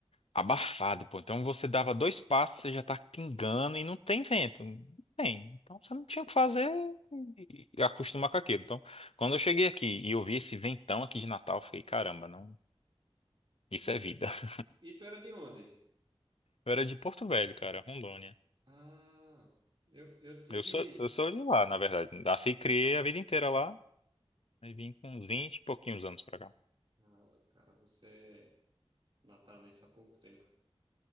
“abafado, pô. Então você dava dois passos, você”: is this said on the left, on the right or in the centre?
Left